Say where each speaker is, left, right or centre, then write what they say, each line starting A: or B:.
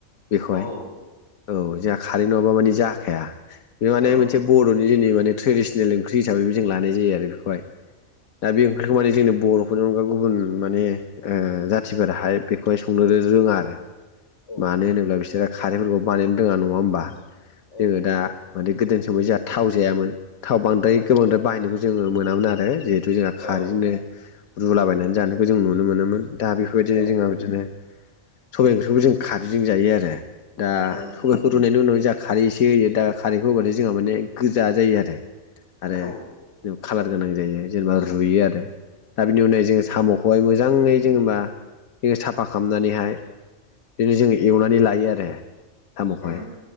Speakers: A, on the left (about 85°); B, on the left (about 55°).
A: बेखौहाय
B: औ
A: औ जोंहा खारै नङाब्ला माने जाखाया बे माने
B: औ
A: मोनसे बर'नि
B: लेमोन
A: जोंनि माने ट्रेडिसनेल ओंख्रि हिसाबैबो जों लानाय जायो आरो बेखौहाय दा बे ओंख्रिखौ माने जोंनि बर'फोरनि अनगा गुबुन माने जाथिफोराहाय बेखौहाय संनो रोङा आरो
B: औ
A: मानो होनोब्ला बिसोरो खारैफोरखौ बानायनो रोङा नङा होमबा जोङो
B: औ
A: दा माने गोदोनि समाव जोंहा थाव जायामोन थाव बांद्राय
B: औ
A: गोबांद्राय बाहायनायखौ जोङो मोनामोन आरो जि बे जोंहा खारैजोंनो
B: औ
A: रुलाबायनानै जानायखौ जों नुनो मोनोमोन दा बेफोरबायदिनो
B: औ
A: जोंहा बिदिनो सबाइ ओंख्रिखौ जों खारैजों जायो आरो दा
B: उम
A: सबाइखौ रुनायनि उनाव जोंहा खारै एसे होयो दा खारैखौ होबथाय जोंहा माने गोजा जायो आरो आरो
B: औ
A: खालार गोनां जायो जेनेबा रुयो आरो दा बिनि उनावाय जोङो साम'खौहाय मोजाङै जेनेबा जोङो साफा खालामनानैहाय बिदिनो जोंङो एवनानै लायो आरो साम'खौहाय
B: उम